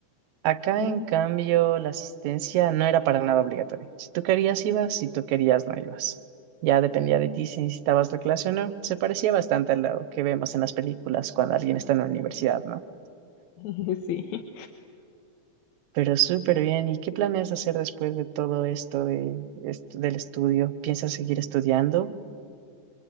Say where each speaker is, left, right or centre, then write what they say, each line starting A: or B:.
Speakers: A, on the right; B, on the left.
A: Acá,
B: Sí,
A: en cambio, la asistencia no era para nada obligatoria. Si tú querías, ibas, si tú querías, no ibas. Ya dependía de ti si necesitabas la clase o no. Se parecía bastante a lo que vemos en las películas cuando alguien está en la universidad, ¿no?
B: <laughs> sí.
A: Pero súper bien. ¿Y qué planeas hacer después de todo esto de, est- del estudio? ¿Piensas seguir estudiando?